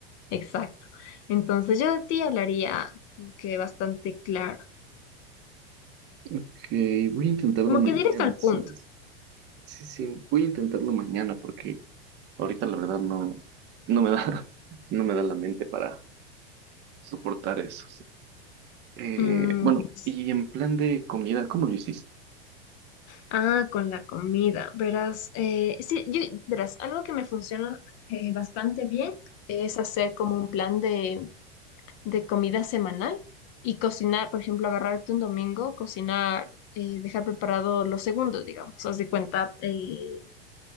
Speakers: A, on the left (about 40°); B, on the right (about 35°).
A: Exacto. Entonces, yo de ti hablaría como que bastante claro,
B: Ok, voy a intentarlo
A: como
B: mañana,
A: que directo al
B: ¿sabes?
A: punto.
B: Sí, sí, voy a intentarlo mañana porque ahorita la verdad no, no me da, <laughs> no me da la mente para soportar eso. Eh,
A: Mm,
B: bueno,
A: s-
B: y en plan de comida, ¿cómo lo hiciste?
A: ah, con la comida. Verás, eh, sí, yo, verás, algo que me funciona eh, bastante bien es hacer como un plan de de comida semanal y cocinar, por ejemplo, agarrarte un domingo, cocinar, eh, dejar preparado los segundos, digamos, haz de cuenta, eh,